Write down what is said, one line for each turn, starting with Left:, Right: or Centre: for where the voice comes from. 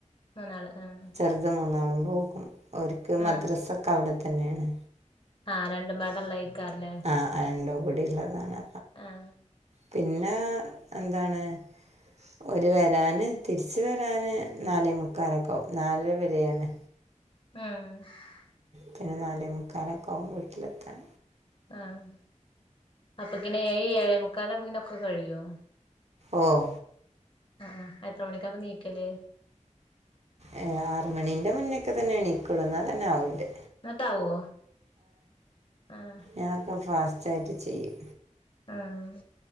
Left: മൂന്നാള് ആഹ്
Right: ചെറുത് മൂന്നാളും പോകും ഓര്ക്ക്‌ മദ്രാസ
Left: ആഹ്
Right: ഒക്കെ അവിടെ തന്നെയാണ്
Left: ആഹ് രണ്ടും പാടെ ഉള്ള ആയിക്കാരംലെ
Right: ആഹ് ആഹ് രണ്ടും കൂടി ഇള്ളതാണ്
Left: ആഹ്
Right: പിന്നെ എന്താണ് ഓര് വരാന് തിരിച്ച് വരാന് നാലേ മുക്കാലൊക്കെ ആവും നാലരവരേയാണ്
Left: ഉം
Right: പിന്നെ നാലേ മുക്കാലൊക്കെ ആവും വീട്ടിലെത്താൻ
Left: ആഹ് അപ്പൊക്കിന് ഏഴ്‌ ഏഴേ മുക്കാലാമ്പൊക്കിന് ഒക്കെ കഴിയോ
Right: ഓഹ്
Left: ഉം എത്ര മണിക്കാ അപ്പൊ നീക്കല്
Right: ഏഹ് ആറ് മണീന്റെ മുന്നൊക്കെ തന്നെ എണീക്കൊളു എന്നാ തന്നെ ആവുന്റെ
Left: ഇന്നിട്ടാവോ ആഹ്
Right: ഞാന് ഒക്ക ഫാസ് റ്റായ്ട്ട് ചെയ്യും
Left: ആഹ്